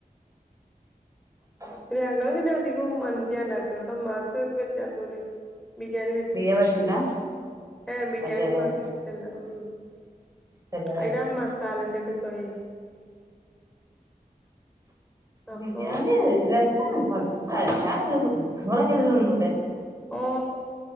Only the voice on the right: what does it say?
ആഹ
ബിരിയാണി പറ്റൂല
അതെല്ലേ
ഇഷ്ടല്ലല്ലേ
ബിരിയാണി അ രസ <unintelligible> <unintelligible> <unintelligible> <unintelligible> <unintelligible> <unintelligible> <unintelligible> <unintelligible>